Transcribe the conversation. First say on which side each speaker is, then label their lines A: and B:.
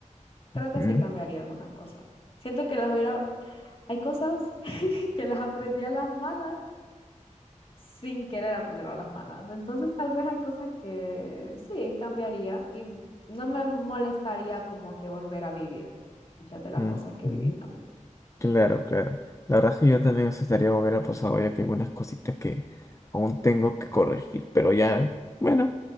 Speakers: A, on the left (about 45°); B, on the left (about 25°).
A: creo que
B: ujú,
A: sí cambiaría algunas cosas. Siento que las hubiera, hay cosas <laughs> que las aprendí a las malas sin querer aprender a las malas. Entonces, tal vez hay cosas que sí cambiaría y no me molestaría como que volver a vivir muchas de las
B: ujú,
A: cosas que
B: ujú.
A: viví también.
B: Claro, claro. La verdad es que yo también aceptaría volver al pasado, ya que hay algunas cositas que aún tengo que corregir, pero ya, bueno,